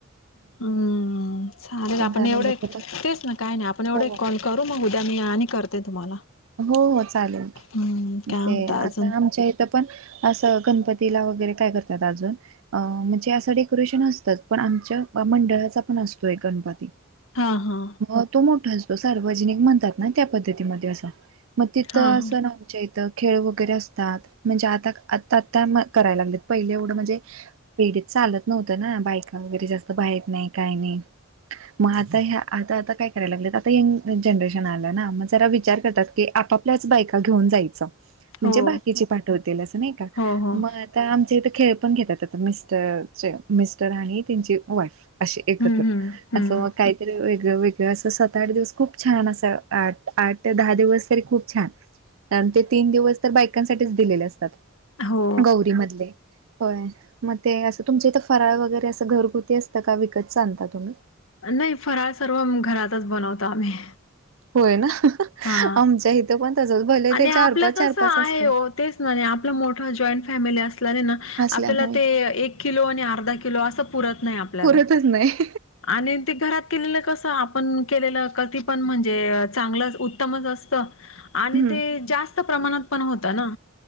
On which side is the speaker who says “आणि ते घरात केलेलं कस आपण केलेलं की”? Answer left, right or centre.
Left